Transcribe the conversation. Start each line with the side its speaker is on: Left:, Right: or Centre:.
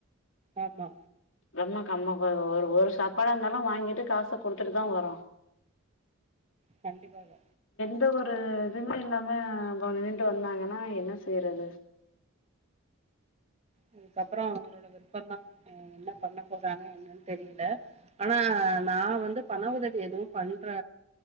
Right: ஆமா
Left: ரொம்ம கம்ம கோ ஒரு ஒரு சாப்பாடா இருந்தாலு வாங்கீட்டு காச குடுத்துட்டு தா வர்றோ
Right: கண்டிப்பாக
Left: எந்த ஒரு இதுமே இல்லாம அப்போ நின்ட்டு வந்தாங்கன்னா என்ன செய்றது
Right: அதுக்கப்பறோ அவங்களோட விருப்பந்தா என்ன பண்ண போறாங்க என்னன்னு தெரியல ஆனா நா வந்து பண உதவி எதுவு பண்ற